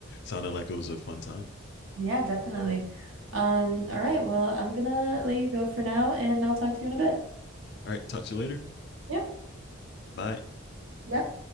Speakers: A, on the left (about 55°); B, on the right (about 80°).
A: sounded like it was a fun time.
B: Yeah, definitely. Um, all right. Well, I'm gonna let you go for now and I'll talk to you in a bit.
A: All right, talk to you later.
B: Yep.
A: Bye.
B: Yep.